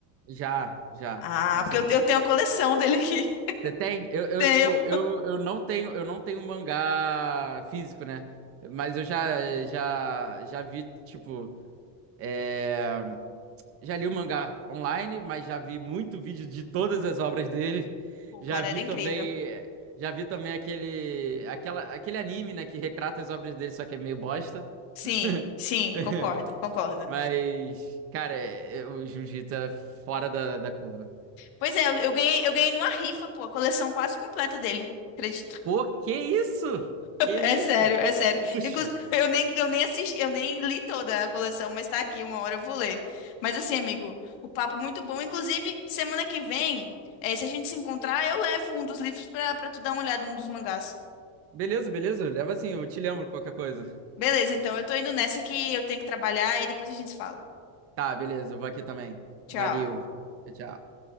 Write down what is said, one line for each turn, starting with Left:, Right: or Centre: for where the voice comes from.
Right: Já, já,
Left: Ah,
Right: com
Left: porque
Right: certeza.
Left: eu, eu tenho a coleção dele aqui. <laughs>
Right: Você tem? Eu, eu,
Left: Tenho.
Right: tipo, eu, eu não tenho, eu não tenho mangá físico, né? Mas eu já, já, já vi, tipo, é, já li o mangá online, mas já vi muito vídeo de todas as obras dele.
Left: O
Right: Já
Left: cara
Right: vi
Left: era incrível.
Right: também, já vi também aquele, aquela, aquele anime, né, que retrata as obras dele, só que é meio bosta.
Left: Sim,
Right: <laughs>
Left: sim, concordo, concordo.
Right: Mas, cara, é- é- o Jiu-Jitsu é fora da, da curva.
Left: Pois é, eu, eu ganhei, eu ganhei numa rifa, pô, a coleção quase completa dele. Acredita?
Right: Pô, que isso? Que
Left: É
Right: isso?
Left: sério, é sério.
Right: Que luxo.
Left: Inclusive, <laughs> eu nem, eu nem assisti, eu nem li toda a coleção, mas tá aqui, uma hora eu vou ler. Mas assim, amigo, o papo muito bom. Inclusive, semana que vem, eh, se a gente se encontrar, eu levo um dos livros pra, pra tu dar uma olhada, um dos mangás.
Right: Beleza, beleza. Leva assim, eu te lembro qualquer coisa.
Left: Beleza, então, eu tô indo nessa que eu tenho que trabalhar e depois a gente se fala.
Right: Tá, beleza, eu vou aqui também.
Left: Tchau.
Right: Valeu. Tchau, tchau.